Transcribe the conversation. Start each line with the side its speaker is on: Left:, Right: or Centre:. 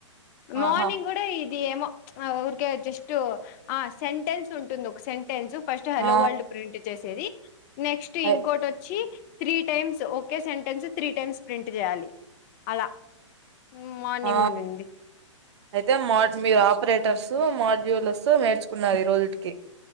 Left: మార్నింగ్
Right: ఆహా
Left: కూడా ఇది ఏమో ఊరికే జస్ట్ ఆ సెంటెన్స్ ఉంటుంది ఒక సె టెన్స్ ఫస్ట్ హలో
Right: ఆ
Left: వరల్డ్ ప్రింట్ చేసేది నెక్స్ట్
Right: అయి
Left: ఇంకోటి వచ్చి త్రీ టైమ్స్ ఒకే సెంటెన్స్ త్రీ టైమ్స్ ప్రింట్ చేయాలి అలా ఉం మార్నింగ్
Right: ఆ
Left: ఉండిం ది
Right: అయితే మా మీరు ఆపరేటర్స్ మాడ్యూల్స్ తో నేర్చు కున్నరు ఈ రోజుటికి